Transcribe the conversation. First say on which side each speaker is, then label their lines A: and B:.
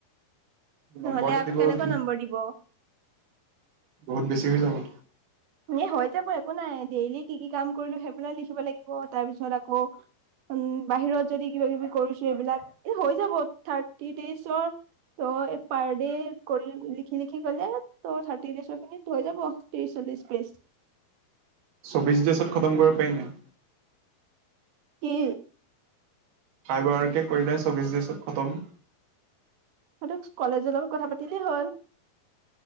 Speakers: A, on the right; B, on the right.
A: নম্বৰটো
B: নহ'লে আকৌ
A: দিব
B: কেনেকুৱা
A: কিন্তু
B: নম্বৰ দিব
A: বহুত বেছি হৈ যাব
B: এ হৈ যাব একো নাই ডেইলি কি কি কাম কৰিলো সেইবোলাই লিখিব লাগিব তাৰ পিছত আকৌ উম বাহিৰত যদি কিবা কিবি কৰিছো এইবিলাক এ হৈ যাব থাৰ্টি ডেজৰ ত' এই পাৰ ডে কৰি লিখি লিখি গ'লে ত' থাৰ্টি ডেজৰ খিনিত হৈ যাব ত্ৰিশ চল্লিশ পেইজ
A: চৌবিশ ডেইছত খতম কৰিব পাৰি নাই
B: কি
A: হাই বাৰকে কৰিলে চৌবিছ ডিছত খতম
B: সেইটো কলেজৰ লগত কথা পাতিলে হ'ল